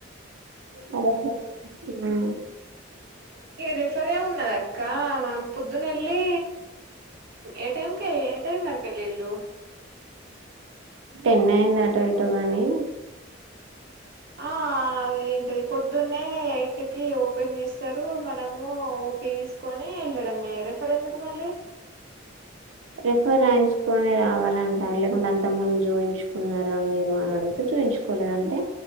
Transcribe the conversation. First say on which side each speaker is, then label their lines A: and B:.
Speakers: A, on the right; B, on the right.
A: అరా సారీ ఉమ్
B: ఏ రేఫర్ ఏమి ఉన్నదక్క మనం పూద్దున్న ఎలీ ఏ టైమ్ కే ఏ టైమ్ అరకు ఎల్లిల్లు
A: టెన్ అయింది అటో ఇటో గాని
B: ఆ అదేం టైప్ పొద్దున్నే ఎయిట్ కి ఓపెన్ చేస్తారు మనము ఓపి తీసుకోని వెళ్ళడంమే రాక్ రెఫెర్ ఎందుకు మళ్ళీ
A: <inaudible> రెఫెర్ రాయించుకుని రావాలంటారు లేకుంటే అంత ముందు చూయించుకున్నారా మీరు అని అడిగితే చు చూయించు కోలేదంటే